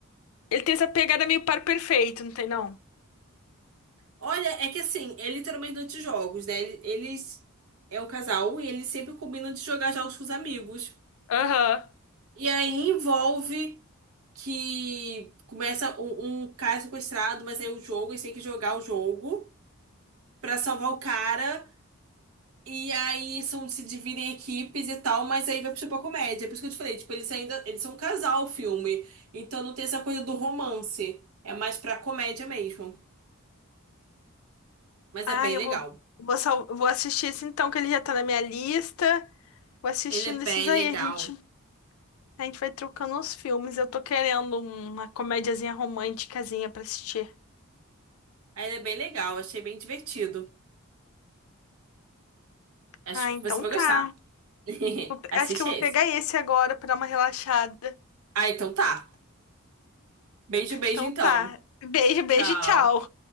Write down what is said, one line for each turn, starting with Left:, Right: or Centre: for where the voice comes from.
Left: ele tem essa pegada meio par perfeito, não tem não?
Right: olha, é que assim, é literalmente durante os jogos, né? Ele- Eles é um casal e eles sempre combinam de jogar jogos com os amigos.
Left: Aham.
Right: E aí envolve. que começa um, um cara sequestrado, mas aí o jogo, eles têm que jogar o jogo pra salvar o cara. E aí são, se dividem em equipes e tal, mas aí vai puxar pra comédia. É por isso que eu te falei, tipo, eles ainda, eles são um casal, o filme. Então não tem essa coisa do romance. É mais pra comédia mesmo. Mas
Left: Ah,
Right: é bem
Left: eu
Right: legal.
Left: vou vou, sal, vou assistir esse então que ele já tá na minha lista. Vou assistindo
Right: Ele é bem
Left: esses aí,
Right: legal.
Left: a gente A gente vai trocando os filmes. Eu tô querendo uma comédiazinha românticazinha pra assistir.
Right: Ah, Ele é bem legal, achei bem divertido. Acho
Left: Ah, então
Right: que você vai
Left: tá.
Right: gostar. <laughs>
Left: Vou pe-
Right: Assiste
Left: Acho que eu vou
Right: esse.
Left: pegar esse agora pra dar uma relaxada.
Right: Ah, então tá. Beijo, beijo
Left: Então
Right: então.
Left: tá. Beijo, beijo,
Right: Tchau.
Left: tchau.